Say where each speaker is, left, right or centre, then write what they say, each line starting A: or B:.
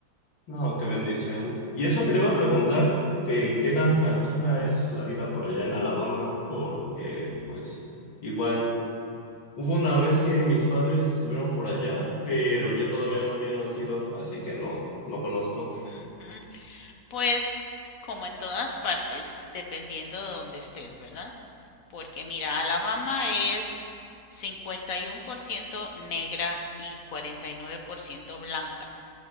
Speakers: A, on the left; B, on the left.
A: No, qué bendición. Y es lo que te iba a preguntar, que qué tan tranquila es la vida por allá en Alabama, porque pues igual hubo una vez que mis padres estuvieron por allá, pero yo todavía no había nacido, así que no, no conozco.
B: ujú. Pues como en todas partes, dependiendo de donde estés, ¿verdad? Porque mira, Alabama es 51% negra y 49% blanca.